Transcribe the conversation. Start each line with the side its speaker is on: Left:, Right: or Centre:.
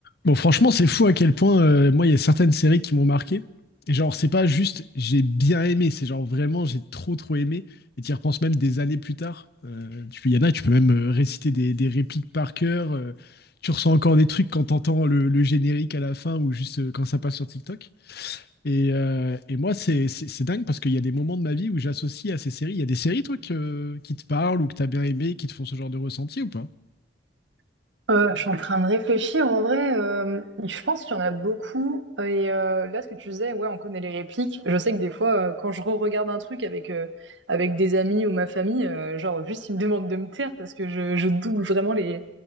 Left: Bon, franchement, c'est fou à quel point, euh, moi, il y a certaines séries qui m'ont marqué. Et genre, c'est pas juste j'ai bien aimé, c'est genre vraiment j'ai trop trop aimé. Et tu y repenses même des années plus tard. Euh, tu, il y en a, tu peux même euh, réciter des, des répliques par cœur. euh, tu ressens encore des trucs quand t'entends le, le générique à la fin ou juste euh, quand ça passe sur TikTok. Et, euh, et moi, c'est c'est- c'est dingue parce qu'il y a des moments de ma vie où j'associe à ces séries. Il y a des séries, toi, que- qui te parlent ou que t'as bien aimé, qui te font ce genre de ressenti ou pas?
Right: Euh, je suis en train de réfléchir. En vrai, euh, je pense qu'il y en a beaucoup. Et euh, là, ce que tu disais, ouais, on connaît les répliques. Je sais que des fois, euh, quand je re-regarde un truc avec euh, avec des amis ou ma famille, euh, genre juste ils me demandent de me taire parce que je, je double vraiment les